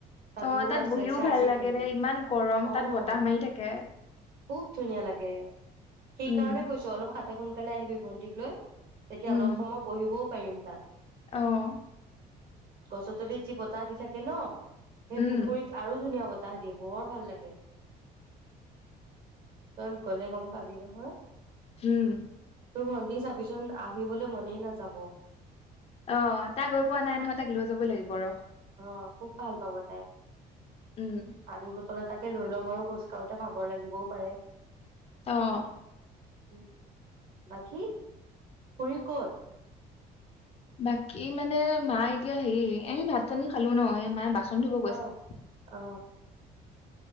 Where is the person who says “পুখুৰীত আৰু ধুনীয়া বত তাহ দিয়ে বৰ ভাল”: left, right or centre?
Right